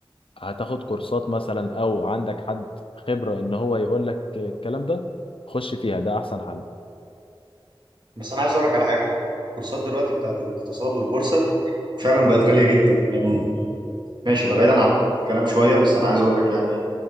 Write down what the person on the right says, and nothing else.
بس انا عايز اقول لك على حاجه الكورسات دلوقتي بتاعت الاقتصاد والبورصه فعلا بقت غاليه جدا يعني ماشي ده بعيدا عن الكلام شويه بس انا عايز اقول لك يعني